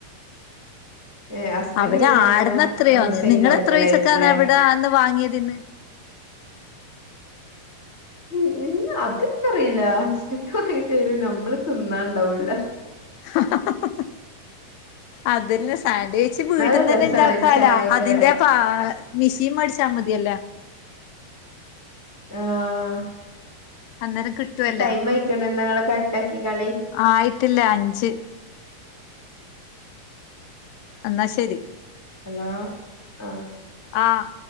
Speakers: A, in the centre; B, on the left.
A: ഏഹ് ഹസ്ബൻഡ്
B: അവര്
A: പിന്നെ അങ്ങനെ
B: ആട്ന്ന് എത്രയൊന്ന്
A: സെയിൽ
B: നിങ്ങള്
A: നടത്തലായിരിക്കുംല്ലേ
B: എത്ര പൈസയ്ക്ക അന്ന് അവിടെ അന്ന് വാങ്ങിയതിന്ന്
A: ഉം ഉം അത് ഇക്ക് അറിയില്ല ഹസ്ബൻഡ് വാങ്ങിത്തരും നമ്മള് തിന്നാണ്ടാവൂല
B: <unintelligible> അതന്ന സാൻഡ്വിച്ച് വീട്ടീന്നന്നെ
A: നല്ല രസാണ്
B: ഇണ്ടാക്കാലാ
A: ചായക്കട
B: അതിന്റെ പാ മിഷീൻ മേടിച്ചാ മതിയല്ല
A: ആഹ്
B: അന്നേരം കിട്ടുവല്ലോ
A: ടൈം ആയിക്കാണ് എന്ന ഇങ്ങള് കട്ടാക്കിക്കളി
B: ആയിട്ടില്ല അഞ്ച് എന്നാ ശരി
A: ഹലോ ആഹ്
B: ആഹ്